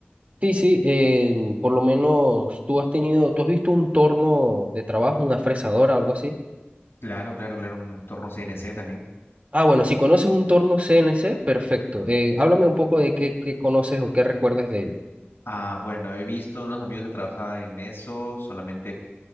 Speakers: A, on the right (about 35°); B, on the left (about 75°).
A: Sí, sí, eh, por lo menos tú has tenido, tú has visto un torno de trabajo, una fresadora, algo así.
B: Claro, claro, claro, un entorno CNC también.
A: Ah, bueno, si conoces un torno C N C, perfecto. Eh, háblame un poco de qué, qué conoces o qué recuerdas de él.
B: Ah, bueno, he visto unos amigos que trabajaban en eso, solamente